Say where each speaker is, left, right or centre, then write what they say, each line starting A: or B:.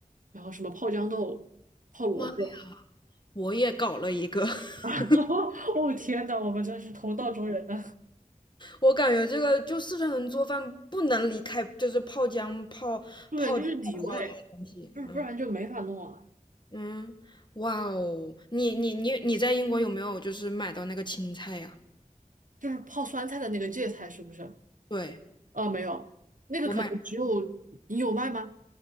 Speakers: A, on the right; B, on the left.
A: 然后什么泡豇豆、泡萝卜，
B: 妈呀我也搞了一个，<laughs>
A: <laughs> 然后哦天呐，我们真是同道中人呐、
B: 我感觉这个就四川人做饭不能离开就是泡姜、泡泡泡椒这些东西，
A: <laughs> 对，就是底味。就是不然就没法弄了。
B: 嗯嗯，哇哦，你你你你在英国有没有就是买到那个青菜呀？
A: 就是泡酸菜的那个芥菜是不是？
B: 对，
A: 啊，没有，那个可能只有你有卖吗？
B: 我买。